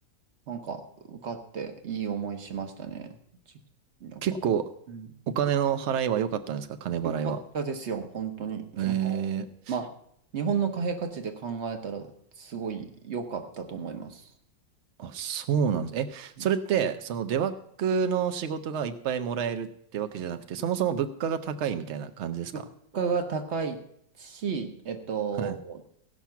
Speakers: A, on the right; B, on the right.
A: なんか、受かっていい思いしましたね。ちなんか、
B: 結構、
A: うん、
B: お金の払いは良かったんですか金払いは。
A: よかったですよ、本当に。
B: え
A: その、
B: ー、
A: まあ、日本の貨幣価値で考えたら、すごい良かったと思います。
B: あ、そうなんです。え、
A: うん
B: それって、そのデバッグの仕事がいっぱいもらえるってわけじゃなくて、そもそも物価が高いみたいな感じですか
A: 物価が高いし、えっと、
B: はい。